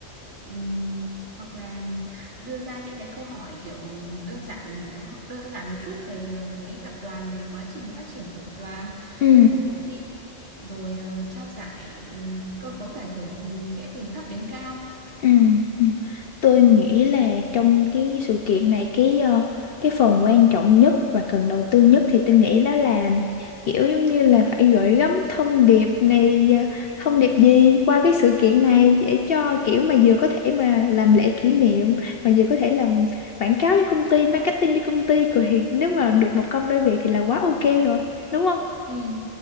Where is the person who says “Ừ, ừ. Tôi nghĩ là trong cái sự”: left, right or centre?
Left